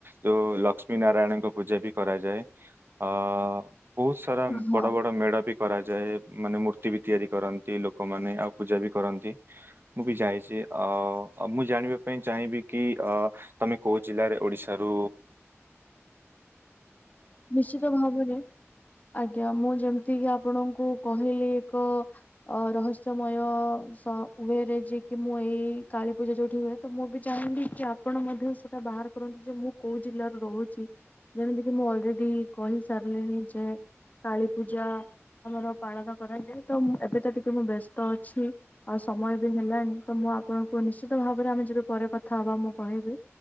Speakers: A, on the right; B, on the left.
A: ଯୋଉ ଲକ୍ଷ୍ମୀ ନାରାୟଣଙ୍କ ପୂଜା ବି କରା ଆଯାଏଁ ଆ ବୋହୁତ୍ ସାରା
B: ହଁ
A: ବଡ଼ ବଡ଼ ମେଢ ବି କରା ଯାଏ ମାନେ ମୂର୍ତ୍ତି ବି ତିଆରି କରନ୍ତି ଲୋକମାନେ ଆଉ ପୂଜା ବି କରନ୍ତି ମୁଁ ବି ଯାଇଚି ଅ ଅଁ- ଅଁ - ମୁଁ ଜାଣିବାକୁ ପାଇଁ ଚାହିଁବି କି ଅ ତମେ କୋଉ ଜିଲ୍ଲାରେ ଓଡ଼ିଶାରୁ
B: ନିଶ୍ଚିତ ଭାବରେ ଆଜ୍ଞା ମୁଁ ଯେମତିକି ଆପଣଙ୍କୁ କହିଲି ଏକ ଅ ରହସ୍ୟମୟ ସ ଭେ ରେ ଯେକି ମୁଁ ଏଇ କା କାଳୀ ପୂଜା ଯୋଉଠି ହୁଏ ତ ମୁଁ ବି ଚାହିଁବିକି ଆପଣ ମଧ୍ୟ ସେଟା ବାହାର କରନ୍ତୁ ଯେ ମୁଁ କୋଉ ଜିଲ୍ଲାରେ ରହୁଚି। ଯେମିତିକି ମୁଁ ଅଲରେଡି କହି ସାରିଲିଣି ଯେ କାଳୀ ପୂଜା ଆମର ପାଳନ କରାଯାଏ ତ ମୁଁ ଏବେ ତ ଟିକେ ମୁଁ ବେସ୍ତ ଅଛି ଆଉ ସ ଅମୟ ବି ହେଲାଣି ତ ମୁଁ ଆପଣଙ୍କୁ ନିଶ୍ଚିତ ଭାବରେ ଆମେ ଯେବେ ପରେ କଥା ହବା ମୁଁ କହିବି।